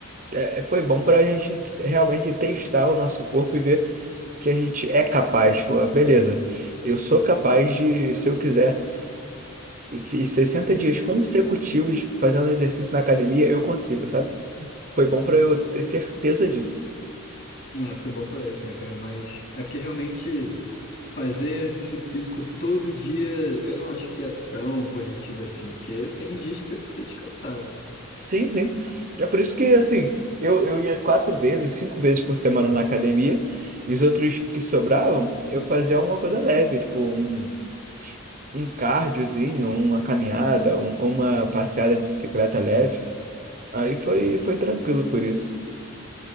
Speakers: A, on the right (about 40°); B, on the left (about 45°).
A: é, foi bom pra gente realmente testar o nosso corpo e ver. que a gente é capaz, pô, beleza. Eu sou capaz de, se eu quiser, e fiz 60 dias consecutivos fazendo exercício na academia, eu consigo, sabe? Foi bom pra eu ter certeza disso.
B: né, foi bom pra isso, né, cara? Mas é porque realmente fazer exercício físico todo dia, eu não acho que é tão positivo assim, porque tem dias que você precisa descansar, né?
A: Sim, sim. É por isso que, assim, eu, eu ia quatro vezes, cinco vezes por semana na academia, e os outros que sobravam, eu fazia alguma coisa leve, tipo um, um cardiozinho, uma caminhada, um- uma passeada de bicicleta leve. Aí foi, foi tranquilo por isso.